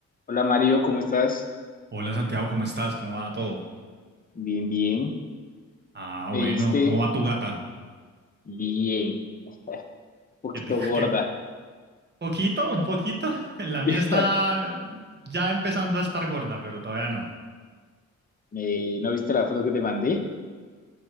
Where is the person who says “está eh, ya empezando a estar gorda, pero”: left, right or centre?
Right